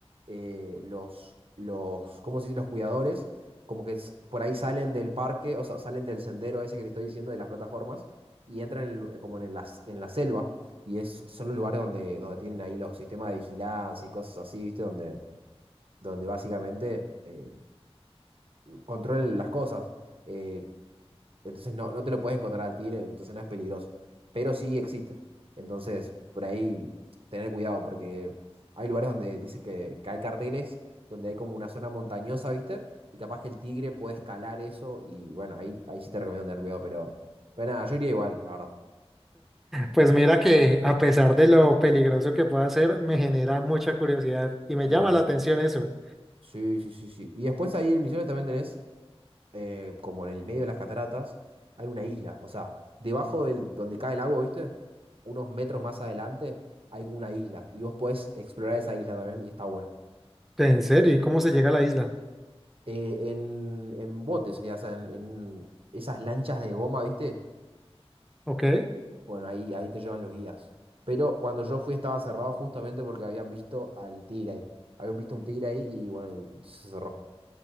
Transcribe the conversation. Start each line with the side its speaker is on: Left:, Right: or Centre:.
Right: eh, los, los, ¿cómo se dice? Los cuidadores, como que s- por ahí salen del parque, o sea, salen del sendero ese que te estoy diciendo, de las plataformas, y entran en lu- como en la, en la selva, y es, son los lugares donde, donde tienen ahí los sistemas de vigilancia y cosas así, ¿viste? Donde, donde básicamente eh, controlan las cosas. Eh, entonces no, no te lo puedes encontrar al tigre, entonces no es peligroso. Pero sí existe. Entonces, por ahí tener cuidado, porque hay lugares donde dices que, que hay carteles, donde hay como una zona montañosa, ¿viste? Y capaz que el tigre puede escalar eso y bueno, ahí, ahí sí te recomiendo tener cuidado, pero, pero nada, yo iría igual, la verdad.
Centre: pues mira que a pesar de lo peligroso que pueda ser, me genera mucha curiosidad y me
Right: Sí,
Centre: llama la atención eso.
Right: sí, sí, sí, sí. Y después ahí en Misiones también tenés eh, como en el medio de las cataratas, hay una isla. O sea, debajo del, donde cae el agua, ¿viste? Unos metros más adelante hay como una isla. Y vos podés explorar esa isla también y está bueno.
Centre: ¿En serio? ¿Y cómo se llega a la isla?
Right: Eh, en, en bote sería, o sea, en, en un- esas lanchas de goma, ¿viste?
Centre: Ok,
Right: Bueno, ahí, ahí te llevan los guías. Pero cuando yo fui estaba cerrado justamente porque habían visto al tigre ahí. Habían visto un tigre ahí y bueno, y se cerró.